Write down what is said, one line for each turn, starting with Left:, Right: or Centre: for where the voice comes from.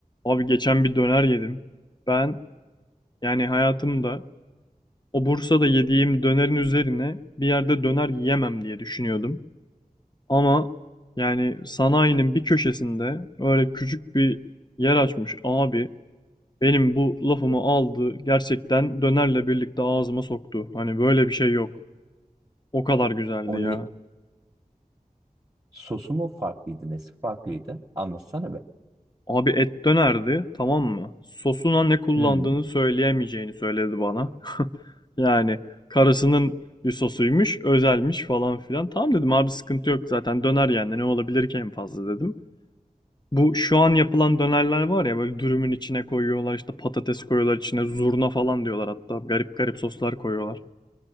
Left: Abi geçen bir döner yedim. Ben yani hayatımda o Bursa'da yediğim dönerin üzerine bir yerde döner yiyemem diye düşünüyordum. Ama yani sanayinin bir köşesinde öyle küçük bir yer açmış abi. Benim bu lafımı aldı gerçekten dönerle birlikte ağzıma soktu. Hani böyle bir şey yok. O kadar güzeldi
Right: O
Left: ya.
Right: ne sosu mu farklıydı nesi farklıydı? Anlatsana be.
Left: Abi et dönerdi, tamam mı? Sosuna ne kullandığını
Right: Hı,
Left: söyleyemeyeceğini söyledi bana. <laughs> Yani karısının bir sosuymuş, özelmiş falan filan. Tamam dedim abi sıkıntı yok zaten döner yani ne olabilir ki en fazla dedim. Bu şu an yapılan dönerler var ya böyle dürümün içine koyuyorlar işte patates koyuyorlar içine zurna falan diyorlar hatta garip garip soslar koyuyorlar.